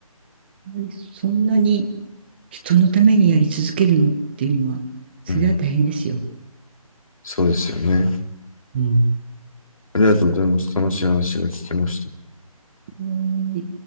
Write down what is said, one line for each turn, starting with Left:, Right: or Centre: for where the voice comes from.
Right: っぱりそんなに人のためにやり続けるのっていうのは、それは大変ですよ。
Left: うん。そうですよね。
Right: うん。
Left: ありがとうございます。楽しい話が聞けました。
Right: うん